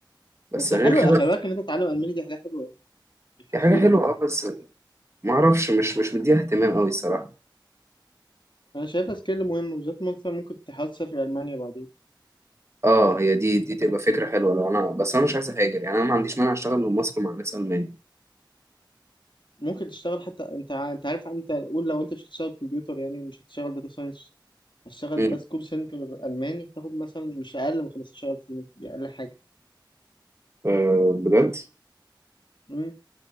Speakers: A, on the right; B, on the left.
A: بس
B: بس
A: غير
B: حلو
A: كده
B: خلي بالك ان انت تتعلم الماني دي حاجه حلوه يعني هتفيدك
A: هي حاجة حلوة
B: في الحياة.
A: آه بس معرفش مش مش مديها اهتمام أوي الصراحة
B: انا شايفها سكيل مهم وبالذات مثلا ممكن تحاول تسافر المانيا بعدين
A: آه هي دي دي تبقى فكرة حلوة لو أنا بس أنا مش عايز أهاجر يعني أنا ما عنديش مانع أشتغل من مصر مع ناس ألمانية
B: ممكن تشتغل حتى انت ع- انت عارف انت قول لو انت مش هتشتغل كمبيوتر يعني مش هتشتغل داتا ساينس هتشتغل
A: أمم.
B: بس كول سنتر الماني تاخد مثلا مش اقل من 15000 جنيه دي اقل حاجه
A: آه بجد
B: امم